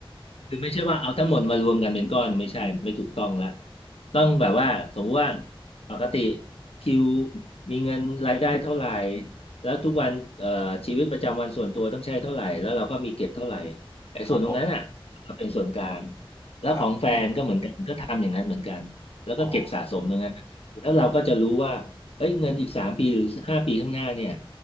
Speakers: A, on the left; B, on the left.
A: คือไม่ใช่ว่าเอาทั้งหมดมารวมกันเป็นก้อนไม่ใช่ไม่ถูกต้องละต้องแบบว่าสมมติว่าปกติคิวมีเงินรายได้เท่าไหร่แล้วทุกวันเอ่อชีวิตประจำวันส่วนตัวต้องใช้เท่าไหร่แล้วเราก็มีเก็บเท่าไหร่ไอ้ส่วนตรงนั้นอ่ะมาเป็นส่วนกลาง
B: ครับผม
A: แล้วของแฟนก็เหมือนกันก็ทำอย่างนั้นเหมือนกันแล้วก็เก็บสะสมตรงนั้นแล้วเราก็จะรู้ว่าเอ้ยเงินอีกสามปีหรือห้าปีข้างหน้าเนี่ย
B: ครับอ๋อ